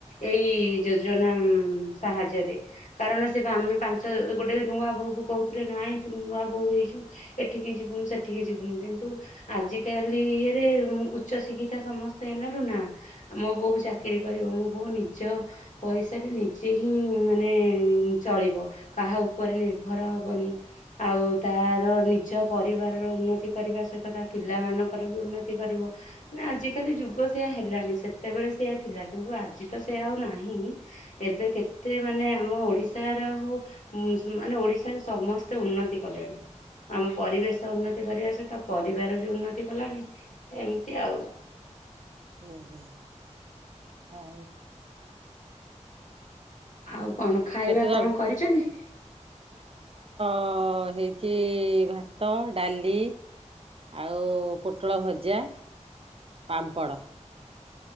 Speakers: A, on the left; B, on the right.
A: ଏଇ ଯୋଜନା ସାହାଯ୍ୟରେ କାରଣ ସେ ପା ଆମେ ଗୋଟେ ନୂଆ ବୋହୁ କୁ କହୁଥିଲେ ନାଇଁ ତୁ ନୂଆ ବୋହୁ ହେଇଚୁ ଏଠିକି ଯିବୁନୁ ସେଠିକି ଯିବୁନୁ କିନ୍ତୁ ଆଜିକାଲି ଇଏରେ ଉଚ୍ଚ ଶିକ୍ଷିତା ସମସ୍ତେ ହେଲାରୁ ନା ମୋ ବୋହୁ ଚାକିରୀ କରିବ ମୋ ବୋଉ ନିଜ ପଇସାରେ ନିଜେ ହିଁ ମାନେ ଚଳିବ କାହା ଉପରେ ନିର୍ଭର ହବନି ଆଉ ତାର ନିଜ ପରିବାରର ଉନ୍ନତି କରିବା ସହିତ ତା ପିଲାମାନଙ୍କର ବି ଉନ୍ନତି କରିବ ନା ଆଜିକାଲି ଯୁଗ ସେୟା ହେଲାଣି ସେତେବେଳେ ସେୟା ଥିଲା କିନ୍ତୁ ଆଜି ତ ସେଆ ଆଉ ନାହିଁ ଏବେ କେତେ ମାନେ ଆମ ଓଡିଶାର ହଉ ମୁଁ ସିନା ମାନେ ଓଡିଶାରେ ସମସ୍ତେ ଉନ୍ନତି କଲେଣି ଆମ ପରିବେଶ ଉନ୍ନତି କରିବା ସହିତ ପରିବାର ବି ଉନ୍ନତି କଲାଣି ଏମିତି ଆଉ
B: ହୁଁ ହୁଁ ଆ
A: ଆଉ କଣ ଖାଇବା
B: କେତେ ଜଣ
A: କଣ କରିଚନ୍ତି?
B: ଅ ହେଇଛି ଭାତ ଡାଲି ଆଉ ପୋଟଳ ଭଜା ପାମ୍ପଡ଼